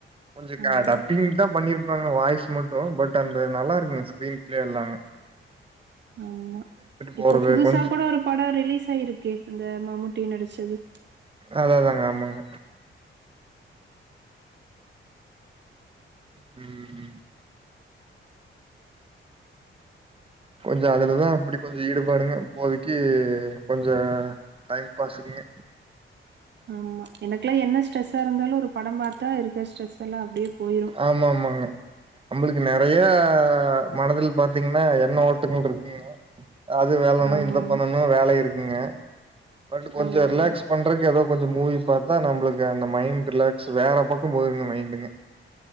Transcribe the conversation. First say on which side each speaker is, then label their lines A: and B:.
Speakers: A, on the right; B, on the right.
A: கொஞ்ச க
B: ஆமா
A: டப்பிங் தா பண்ணிருப்பாங்க வாய்ஸ் மட்டு பட் அந்த நல்லா இருக்குங்க ஸ்கிரீன் பிளே எல்லாமே
B: ஆமா
A: போறது
B: இப்ப புதுசா
A: கொஞ்ச
B: கூட ஒரு படம் ரிலீஸ் ஆயிருக்கே அந்த மம்முட் டி நடிச்சது
A: அதேதாங்க ஆமாங்க ம் கொஞ்ச அதுலதா அப்டி கொஞ்ச ஈடுபாடுங்க இப்போதைக்கி கொஞ்ச டைம்பாஸ்க்குங்க
B: ஆமா எனக்கெல்லா என்ன சொ ஸ்ட்ரெஸ்சா இருந்தாலு ஒருபடம் பாத்தா இருக்க ஸ்ட்ரெஸ் எல்லா அப்டியே போயிரு
A: ஆமா ஆமாங்க நமளுக்கு நெறைய மனதில் பாத்தீங்கன்னா எண்ண ஓட்டங்கள் இருக்குங்க அது வேலனு
B: ஆமா ஆமா
A: இத பண்ணணு வேல இருக்குங்க பட் கொஞ்சோ
B: ஆமா
A: ரிலாக்ஸ்
B: ஆமா
A: பண்றதுக்கு ஏதோ கொஞ்சோ மூவி பாத்தா நம்பளுக்கு அந்த மைண்ட் ரிலாக்ஸ் வேற பக்கோ போயிருங்க மைண்டுங்க